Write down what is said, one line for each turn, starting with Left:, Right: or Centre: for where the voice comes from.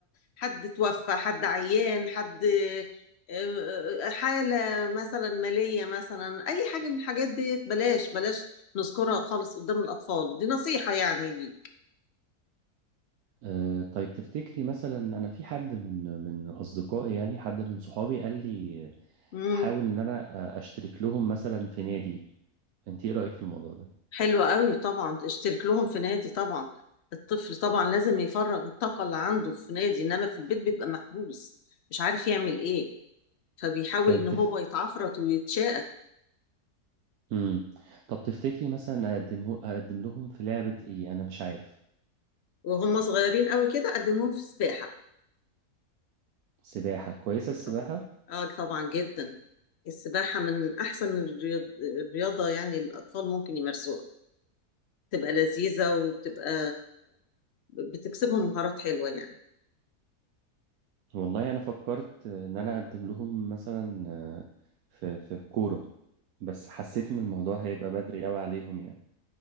Left: حد توفى حد عيان حد آه، آه، حالة مثلا مالية مثلا أي حاجة من الحاجات دي بلاش بلاش نذكرها خالص قدام الأطفال دي نصيحة يعني ليك
Right: آه طيب تفتكري مثلا انا في حد من من اصدقائي يعني حد من صحابي قال لي
Left: مم.
Right: احاول ان انا اشترك لهم مثلا في نادي انت ايه رايك في الموضوع ده
Left: حلو قوي طبعا اشترك لهم في نادي طبعا الطفل طبعا لازم يفرغ الطاقة اللي عنده في نادي انما في البيت بيبقى محبوس مش عارف يعمل ايه فبيحاول
Right: طيب
Left: ان
Right: تف...
Left: هو يتعفرط ويتشاقى
Right: مم. طب تفتكري مثلا اقدمه اقدم لهم في لعبة ايه انا مش عارف
Left: وهم صغيرين قوي كده قدمهم في سباحة
Right: سباحة كويسة السباحة
Left: طبعا اه طبعا جدا السباحة من احسن الرياض- الرياضة يعني الاطفال ممكن يمارسوها بتبقى لذيذة وبتبقى بتكسبهم مهارات حلوة يعني
Right: والله انا فكرت ان انا اقدم لهم مثلا آه، في في الكورة بس حسيت ان الموضوع هيبقى بدري قوي عليهم يعني